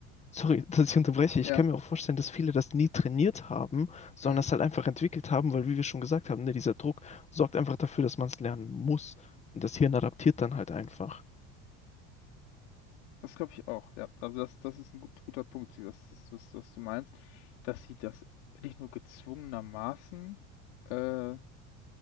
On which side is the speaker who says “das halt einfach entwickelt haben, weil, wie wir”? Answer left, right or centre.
Left